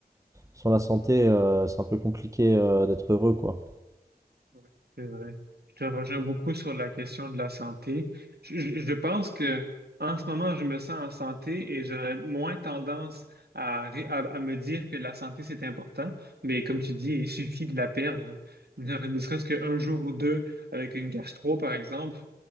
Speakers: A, on the right (about 20°); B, on the right (about 75°).
A: sans la santé, euh, c'est un peu compliqué euh, d'être heureux, quoi.
B: Ouais, C'est vrai. Je te rejoins beaucoup sur la question de la santé. Je, je- je pense que en ce moment, je me sens en santé et j'aurais moins tendance à, ré- à, à me dire que la santé, c'est important. Mais comme tu dis, il suffit de la perdre, <laughs> ne serait-ce qu'un jour ou deux avec une gastro, par exemple,